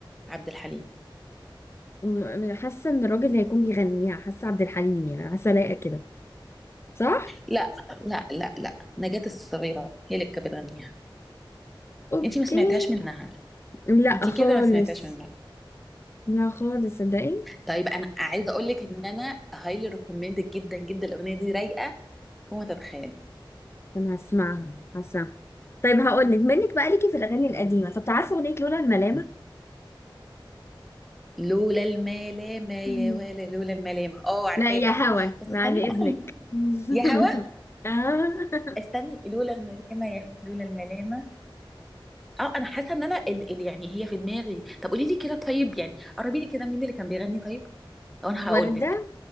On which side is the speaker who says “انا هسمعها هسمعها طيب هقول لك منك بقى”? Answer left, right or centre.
Left